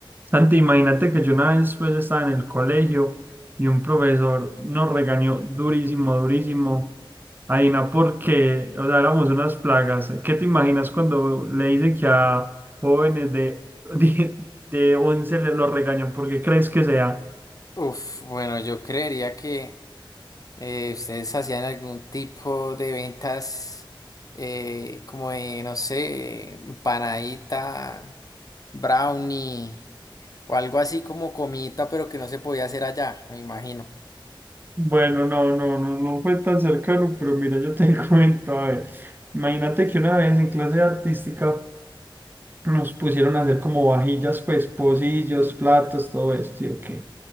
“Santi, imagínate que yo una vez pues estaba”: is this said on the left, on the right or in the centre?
Right